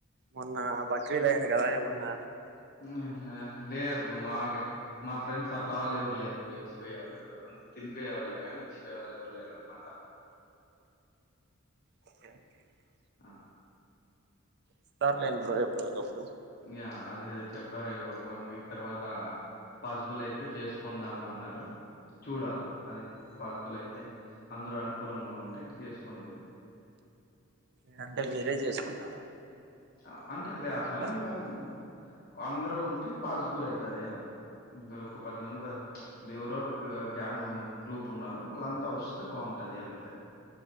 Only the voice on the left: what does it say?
ఉమ్ లేదు బా మాగే మా ఫ్రెండ్స్ అట్లా వాళ్ళు ఎవరు లేరు ఎప్పుడు ఇచ్చిపోయే వాళ్ళు ఎవరు అంతా తినిపోయే వాళ్ళే గాని ఇచ్చిపోయ వాళ్ళు ఎవరు లేరనమాట
ఆ
యా అదే అదే చెప్పారు ఈ వన్ వీక్ తర్వాత పాస్ గులయితే చేసుకుందాము అన్నారు చూడాల అది పాద్బులైయితే అందరు అను కులంగా ఉంటే చేసుకోండేది
అవ్ అంటే లే అట్లానేం
కాదు అందరూ
ఉంటే పాజిబుల్ ఐతది అనంతే బ్రో పది మంది ప దేవురరు గ్యాంగ్ ఉ గ్రూప్ ఉన్నారు వాళ్ళంతా వస్తే బాగుంటుంది అని అంతే